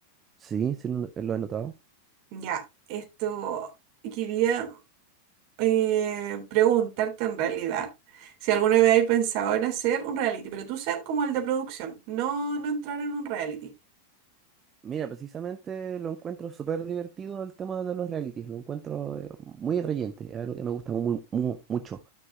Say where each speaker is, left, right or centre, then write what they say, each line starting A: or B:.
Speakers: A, on the right; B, on the right.
A: Sí, sí lo lo he notado.
B: Ya, esto quería eh, preguntarte en realidad si alguna vez hay pensado en hacer un reality, pero tú ser como el de producción, no, no entrar en un reality.
A: Mira, precisamente lo encuentro súper divertido el tema de los realities. Lo encuentro eh, muy reyente, es algo que me gusta muy, mu- mucho.